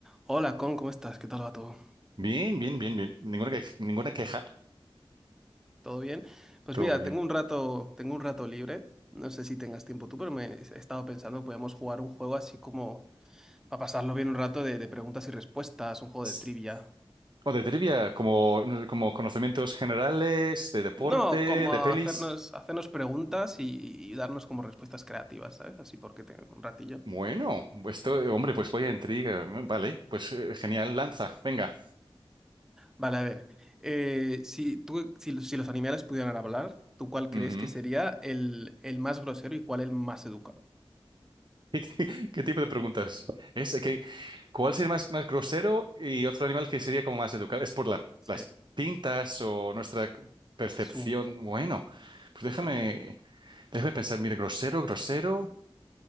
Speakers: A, in the centre; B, on the right (about 50°).
A: Hola, Con, ¿cómo estás? ¿Qué tal va todo?
B: Bien, bien, bien, bien. Ninguna, que- ninguna queja.
A: ¿Todo bien? Pues
B: Todo
A: mira,
B: bien.
A: tengo un rato, tengo un rato libre. No sé si tengas tiempo tú, pero me he estado pensando, podemos jugar un juego así como para pasarlo bien un rato de, de preguntas y respuestas, un juego
B: Sí.
A: de trivia.
B: O de trivia, como, como conocimientos generales, de deporte,
A: No, como
B: de pelis.
A: hacernos, hacernos preguntas y, y darnos como respuestas creativas, ¿sabes? Así porque tengo un ratillo.
B: Bueno, pues esto, hombre, pues voy a intriga. ¿no? Vale, pues eh, genial, lanza, venga.
A: Vale, a ver. eh, si tú, si, los- si los animales pudieran hablar, ¿tú cuál crees
B: Ujú.
A: que sería
B: <laughs>
A: el, el más grosero y cuál el más educado?
B: ¿Qué, qué qué tipo de preguntas? Es que, ¿cuál
A: <laughs>
B: sería más, más grosero y otro animal que sería como más educado? ¿Es por la-
A: Sí.
B: las pintas o nuestra percepción?
A: Su.
B: Bueno, pues
A: sí.
B: déjame, déjame pensar. Mire, grosero, grosero.